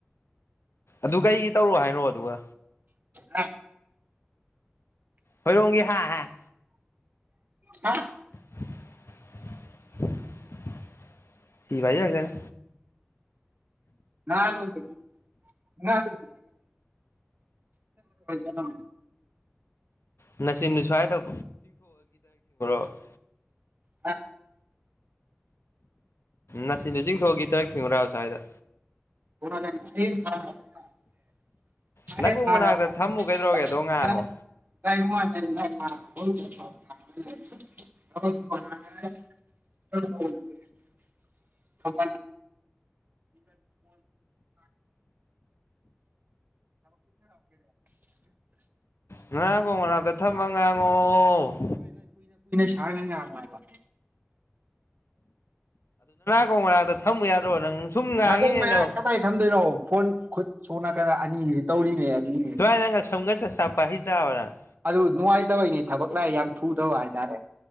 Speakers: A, on the left; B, on the right.
A: ꯑꯗꯨ ꯀꯩꯒꯤ ꯇꯧꯔꯣ ꯍꯥꯏꯅꯣ ꯑꯗꯨꯒ
B: ꯑ
A: ꯍꯣꯏꯔꯣꯡꯒꯤ ꯍꯥ
B: ꯍꯥ
A: <unintelligible> ꯁꯤꯕꯥꯏ ꯂꯗꯅ
B: ꯅꯅ ꯉꯦ ꯊ
A: ꯅꯥꯆꯤꯟꯗꯨ ꯁ꯭ꯋꯥꯏꯗ <unintelligible>
B: ꯑ
A: ꯅꯥꯆꯤꯟꯗꯨ ꯆꯤꯡꯊꯣꯛꯑꯒ ꯒꯤꯇꯔ ꯈꯤꯡꯉꯨꯔꯥꯊꯦ ꯁ꯭ꯋꯥꯏꯗ
B: <unintelligible> <unintelligible>
A: ꯅꯥꯀꯣꯡ ꯃꯅꯥꯛꯇ ꯊꯝꯃꯨ ꯀꯩꯗꯧꯔꯒꯦ ꯑꯗꯣ ꯉꯥꯡꯉꯣ
B: <unintelligible> <unintelligible> <unintelligible> <unintelligible> <unintelligible> ꯀꯨꯏꯅ
A: ꯅꯥꯀꯣꯡ ꯃꯅꯥꯛꯇ ꯊꯝꯃ ꯉꯥꯡꯉꯣ
B: ꯁꯥꯡꯅ ꯉꯥꯡꯉꯣ ꯍꯥꯏꯕ
A: <unintelligible> ꯃꯅꯥꯛꯇ ꯊꯝꯃꯨ ꯌꯥꯗ꯭ꯔꯣ ꯅꯪ ꯁꯨꯝ ꯉꯥꯡꯉꯤꯅꯦ
B: ꯅꯥꯀꯣꯡ ꯃꯌꯥ
A: ꯅꯪ
B: ꯀꯃꯥꯏꯅ ꯊꯝꯗꯣꯏꯅꯣ ꯐꯣꯟ ꯈꯨꯠꯁꯨ ꯅꯠꯇꯅ ꯑꯅꯤꯗꯤ ꯇꯧꯔꯤꯅꯦ ꯑꯅꯤꯅꯦ
A: <unintelligible>
B: ꯑꯗꯨ ꯅꯨꯡꯉꯥꯏꯇꯕꯩꯅꯦ ꯊꯕꯛ ꯂꯥ ꯌꯥꯝ ꯊꯨꯗꯕ ꯍꯥꯏꯇꯥꯔꯦ